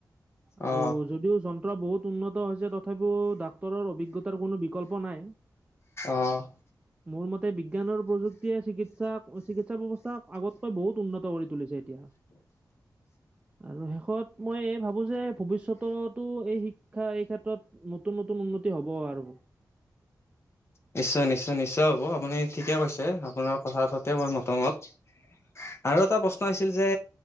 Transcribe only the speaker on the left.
অ
অ',
নিশ্চয় - নিশ্চয় - নিশ্চয়, হ'ব আপুনি ঠিকে কৈছে আপোনাৰ কথাহতে মই মতামত। আৰু এটা প্ৰশ্ন আছিল যে